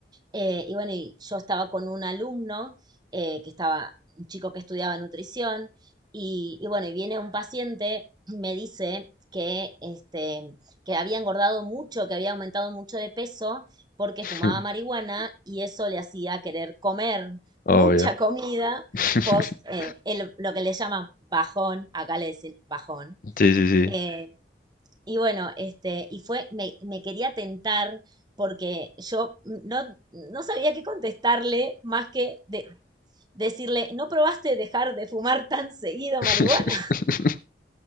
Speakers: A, on the right; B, on the left.
A: Eh, y bueno, y yo estaba con un alumno eh, que estaba, un chico que estudiaba nutrición, y, y bueno, y viene un paciente, me dice que, este, que había engordado mucho, que había aumentado mucho de peso porque
B: <laughs>
A: fumaba marihuana y eso le hacía querer comer
B: Obvio.
A: mucha comida
B: <laughs>
A: post eh, el- lo que le llaman bajón, acá le dicen bajón.
B: Sí, sí, sí.
A: eh, y bueno, este, y fue, me, me quería tentar porque yo no, no sabía qué contestarle más que de- decirle, ¿no probaste dejar de fumar tan seguido
B: <laughs>
A: marihuana?